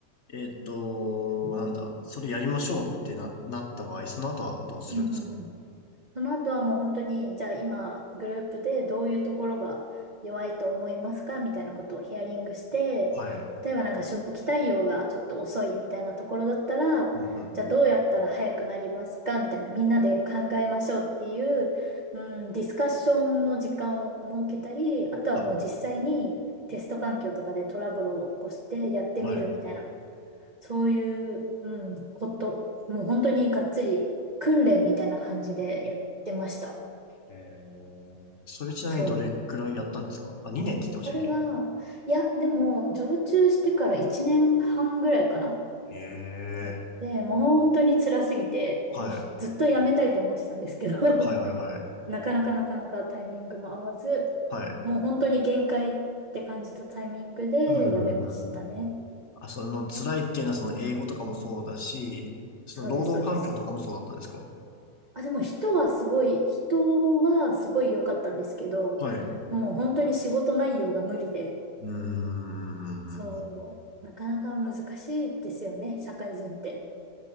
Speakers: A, on the left; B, on the right.
A: えっと、
B: うん
A: なんだ、それやりましょうってな、なった場合、その後はどうするんですか
B: うんうん。その後はもう本当に、じゃあ今、グループでどういうところが弱いと思いますかみたいなことをヒアリングして、
A: はい。
B: 例えばなんか初期対応がちょっと遅いみたいなところだったら、
A: うんうんうん
B: じゃあどうやったら早くなりますかみたいな、みんなで考えましょうっていう、うん、ディスカッションの時間を設けたり、あとはもう実際にテスト環境とかでトラブルを起こしてやってみるみたいな。
A: はい。はい。
B: そういう、うん、こと、もう本当にがっつり訓練みたいな感じでやってました。
A: えー、それちなみにどれくらいやったんですかあ、
B: そう。
A: 2年って言ってましたっけ
B: それは、いや、でも、常駐してから1年半ぐらいかな。
A: へえ。
B: やって、もう本当に辛すぎて、
A: はい。
B: もうずっとやめたいと思ってたんですけど、
A: はいはいはい。
B: <laughs> なかなかなかなかタイミングも合わず、
A: はい。
B: もう本当に限界って感じたタイミングでやめましたね。
A: うんうんうんあ、その辛いっていうのはその英語とかもそうだし、その労働環境とかもそうだったんですか
B: そうです、そうです。あ、でも人はすごい、人はすごい良かったんですけど、
A: はい。う
B: もう本当に仕事内容が無理で、
A: ーん。
B: そう、なかなか難しいですよね、社会人って。